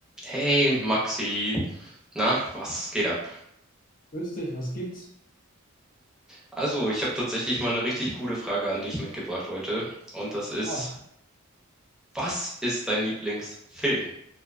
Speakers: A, in the centre; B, on the left.
A: Hey Maxi, na, was geht ab?
B: Grüß dich, was gibt's?
A: Also, ich habe tatsächlich mal eine richtig coole Frage an dich mitgebracht heute. Und das ist,
B: Ah,
A: was ist dein Lieblingsfilm?